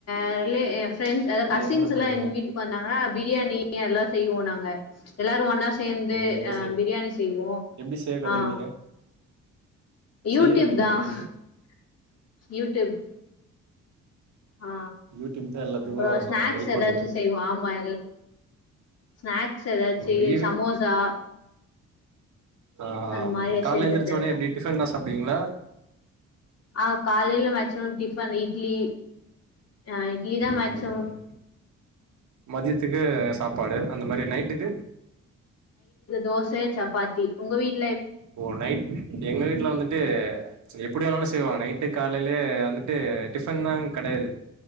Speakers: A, on the left; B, on the right.
A: அதிலே எ பிரெண்ட்ஸ் அதா
B: அத
A: கசின்ஸ்
B: என்னென்ன பண்ணுவீங்க?
A: எல்லா எங்க வீட்டுக்கு வந்தாங்கன்னா பிரியாணி அதெல்லா செய்வோ நாங்க எல்லாரு ஒன்னா சே சேந்து
B: ஓ! நீங்களே
A: ஆ
B: செய்
A: பிரியாணி செய்வோ
B: எப்படி செய்ய கத்துக்கிட்டீங்க?
A: ஆ
B: செய்ய
A: யூடியூப்
B: எப்படி கத்துக்கிட்டீங்க?
A: தா - யூடியூப் ஆ
B: யூடியூப் தான் எல்லாத்துக்கும்
A: அப்றோ ஸ்நாக்ஸ்
B: ஹெல்ப்
A: ஏதாச்சு
B: பண்ணுது.
A: செய்வோ ஆமா எ ஸ்நாக்ஸ் ஏதாச்சு செய்
B: வெளியவே
A: சமோசா
B: ஆ
A: அந்த மாரி
B: கால்ல
A: செஞ்சுட்டு
B: எந்திரச்ச
A: இருப்போ
B: உனே எப்டி டிஃபன்தா சா அப்டிங்ளா
A: ஆ காலேயில மேச்சிமம் டி அந்த இட்லி ஆ இட்லி தா
B: ம்,
A: மேக்சிமம்
B: ம். மதியத்துக்கு சாப்பாடு அந்த மாதிரி நைட்டுக்கு
A: து சப்பாத்தி உங்க வீட்டு
B: ஓ நைட் எங்க வீட்ல வந்துட்டு எப்டி வேணாலு செய்வாங்க நைட்டு காலேயில வந்துட்டு டிஃபன் தா கெடயாது